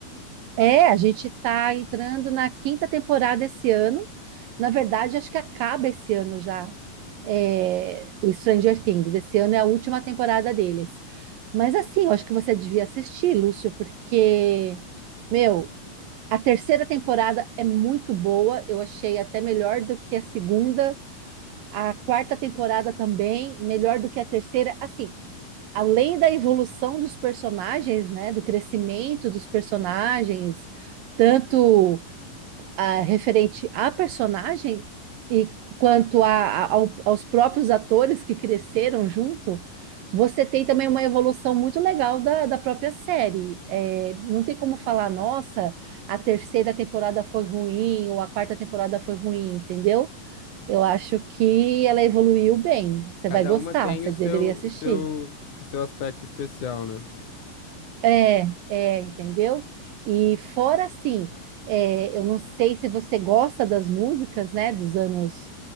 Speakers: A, on the right; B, on the left.
A: É, a gente está entrando na quinta temporada esse ano. Na verdade, acho que acaba esse ano já, é, o Stranger Things. Esse ano é a última temporada deles. Mas assim, eu acho que você devia assistir, Lúcio, porque, meu, a terceira temporada é muito boa. Eu achei até melhor do que a segunda. A quarta temporada também, melhor do que a terceira. Assim, além da evolução dos personagens, né, do crescimento dos personagens, tanto ah, referente à personagem e quanto a, a- ao- aos próprios atores que cresceram junto, você tem também uma evolução muito legal da, da própria série. É, não tem como falar, nossa, a terceira temporada foi ruim ou a quarta temporada foi ruim, entendeu? Eu acho que ela evoluiu bem. Você
B: Cada
A: vai gostar,
B: uma tem
A: você
B: o seu
A: deveria assistir.
B: o seu o seu aspecto especial, né?
A: É, é, entendeu? E fora assim, é, eu não sei se você gosta das músicas, né, dos anos